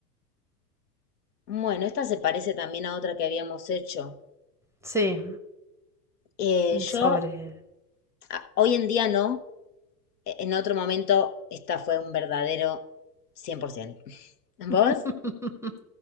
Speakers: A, on the left; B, in the centre.
A: Bueno, esta se parece también a otra que habíamos hecho.
B: Sí,
A: Eh,
B: mm,
A: yo
B: sobre...
A: a- hoy en día no, e-, en otro momento, esta fue un verdadero 100%. <laughs> ¿Vos?
B: <laughs>